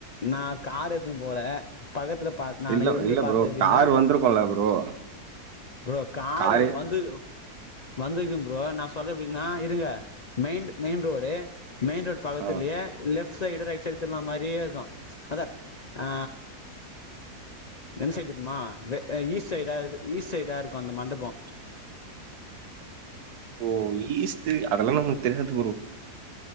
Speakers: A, on the left; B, on the right.
A: நா கார் எடுத்துன் போவல பக்கத்தில பார் நான்
B: இல்ல
A: இருந்து
B: இல்ல
A: பாத்தே
B: ப்ரோ
A: எப்டின்னா
B: கார் வந்திருக்கும்ல ப்ரோ.
A: ப்ரோ காரு
B: காரே
A: வந்து வந்துருக்க ப்ரோ நா சொல்ற எப்டின்னா இருங்க main main road main road பக்கத்திர்லயே
B: ஆ
A: லெஃப்ட் சைடு ரைட் செலுத்திருன மாரியே இருக்கு அதா ஆ என்ன செய்துட்டுமா வே ஈஸ்ட் சைடா இது ஈஸ்ட் சைடா இருக்கு அந்த மண்டபோ
B: ஓ ஈஸ்ட்டு அதெல்லா நமக் தெரியாது ப்ரோ